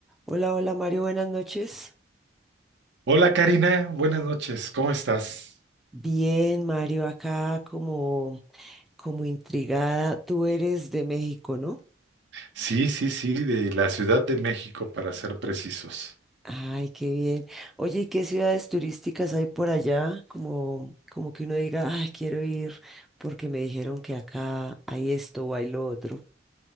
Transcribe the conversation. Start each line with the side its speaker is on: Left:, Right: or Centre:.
Centre: Hola, hola Mario, buenas noches.
Right: Hola Karina, buenas noches, ¿cómo estás?
Centre: Bien, Mario, acá como, como intrigada. Tú eres de México, ¿no?
Right: Sí, sí, sí, de la Ciudad de México para ser precisos.
Centre: Ay, qué bien. Oye, ¿y qué ciudades turísticas hay por allá? Como, como que uno diga, ay, quiero ir porque me dijeron que acá hay esto o hay lo otro.